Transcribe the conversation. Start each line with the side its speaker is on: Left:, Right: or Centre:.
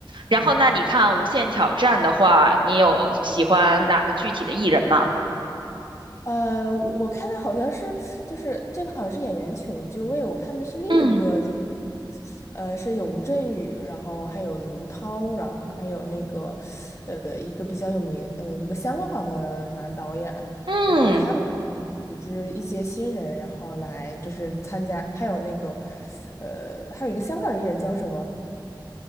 Right: 然后那你看《无限挑战》的话，
Left: 嗯。
Right: 你有喜欢哪个具体的艺人吗？
Left: 呃，我看的好像是，就是这个好像是演员请就位，我看的是另一个，
Right: 嗯
Left: 就呃是有吴镇宇，然后还有刘涛，然后还有那个呃一个比较有名呃一个香港的男导演，
Right: 嗯，
Left: 然后他们组织一些新人，然后来就是参加，还有那个呃还有一个香港艺人叫什么？